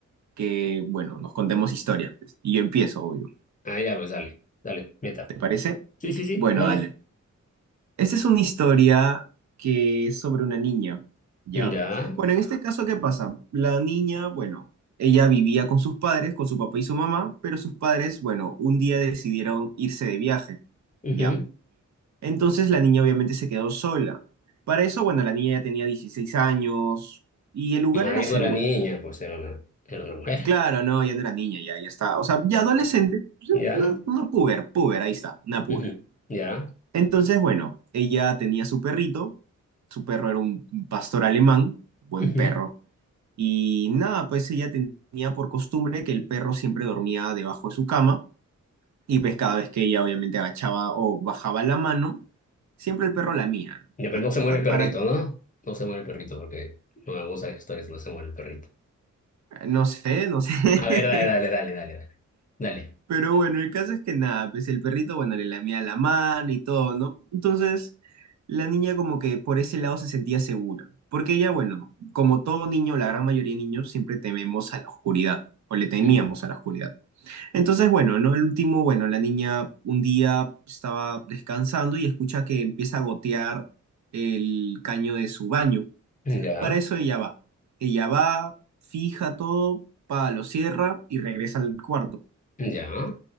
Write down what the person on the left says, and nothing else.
ah, ya, pues dale, dale, meta.
Sí, sí, sí,
dale.
Ya.
ujú.
Ah,
ya
no era niña, pues era una, era una mujer.
Ya.
ujú, Ya.
ujú.
Ya, pero
no se muere
el perrito,
¿no? No se muere el perrito porque no me gustan las historias, no se muere el perrito.
A ver, dale, dale, dale, dale, dale. Dale.
ujú.
Ya,
ya.